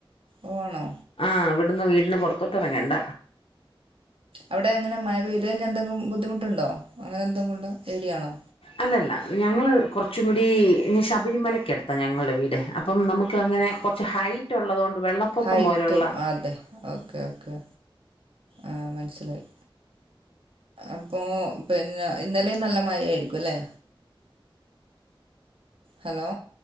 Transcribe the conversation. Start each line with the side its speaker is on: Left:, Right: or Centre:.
Right: ഓഹ് ആണോ.
Left: ആഹ് വട്ന്ന് വീട്ട്‌ല് പൊർത്തോട്ടെറങ്ങണ്ട.
Right: അവിടെ എങ്ങനെ മയ പെയ്തയ്ഞ്ഞ എന്തങ്കു ബുദ്ധിമുട്ടുണ്ടോ അങ്ങനെന്തങ്കുള്ള ഏരിയാണോ.
Left: അല്ലല്ല ഞങ്ങള് കൊർച്ചു കൂടി ശബരിമലക്ക്യട് ത്ത ഞ്ഞങ്ങളെ വീട് അപ്പം നമുക്ക് അങ്ങനെ കൊർച്ച് ഹൈറ്റ് ഉള്ളതോണ്ട് വെള്ളപ്പൊക്കം
Right: ഹൈറ്റ്
Left: പോലെയുള്ള.
Right: അതെ ഓക്കെ ഓക്കെ ആഹ് മൻസ്സിലായി. അപ്പൊ പിന്ന ഇന്നലെം നല്ല മയയായിരിക്കും അല്ലേ. ഹലോ.